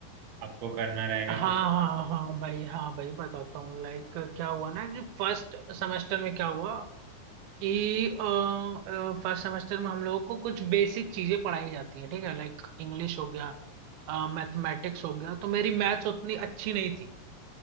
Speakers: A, on the right; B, on the right.
A: आपको करना रहेगा
B: हाँ
A: कुछ
B: हाँ हाँ भाई हाँ भाई बताता हूँ लाइक क्या हुआ ना कि फर्स्ट सेमेस्टर में क्या हुआ कि फर्स्ट सेमेस्टर में हम लोगों को कुछ बेसिक चीजें पढ़ाई जाती हैं ठीक है लाइक इंग्लिश हो गया मैथमेटिक्स हो गया तो मेरी मैथ्स उतनी अच्छी नहीं थी